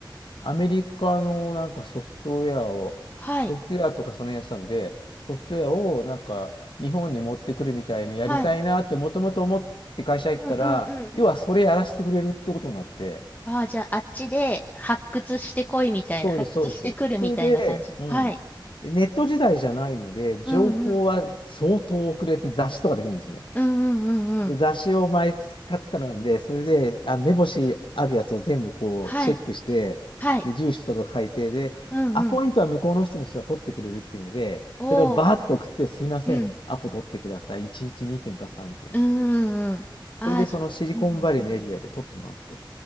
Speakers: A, on the left; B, on the left.
A: アメリカのなんかソフトウェアを、
B: はい。
A: ソフトウェアとかそのやつなんで、ソフトウェアをなんか日本に持ってくるみたいなやりたいなってもともと思って会社行ったら、
B: はい。うんうんうん。
A: 要はそれやらせてくれるってことになって、
B: ああ、じゃあ、あっちで発掘してこいみたいな、
A: そうです、
B: 発掘してくるみたいな感じ。
A: そうです。それで、うん。
B: はい。
A: ネット時代じゃないので、情報は相当遅れて雑誌とかできるんですよね。
B: うんうん。うんうんうんうん。
A: で雑誌を毎月買ってたので、それで、あ、目星あるやつを全部こうチェックして、
B: はい。はい。
A: で、住所とか書いて、で、
B: うんうん。
A: アポイントは向こうの人の人が取ってくれるっていうので、
B: おー。
A: それをバーッと送って、すいません、
B: うん。
A: アポ取ってください。1日2件か3件っつって。
B: うんうんうん。ああ、
A: それで、そのシリコンバレーのエリアで取ってもらって
B: じゃあ、うんうん。